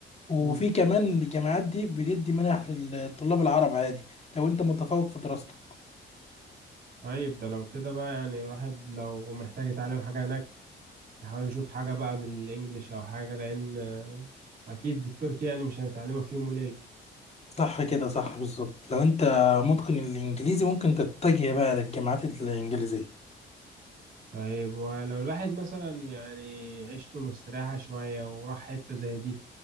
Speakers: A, on the left; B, on the right.
A: وفي
B: مم.
A: كمان الجامعات دي بتدي منح للطلاب العرب عادي لو انت متفوق في دراستك
B: طيب ده لو كده بقى يعني الواحد لو محتاج يتعلم حاجة هناك يحاول يشوف حاجة بقى بالانجليش او حاجة لان آه، اكيد التركي يعني مش هنتعلمه في يوم وليلة
A: صح كده صح بالظبط لو انت متقن الانجليزي ممكن تتجه بقى للجامعات الانجليزيه
B: طيب ولو الواحد مثلا يعني عيشته مستريحة شوية وراح حتة زي دي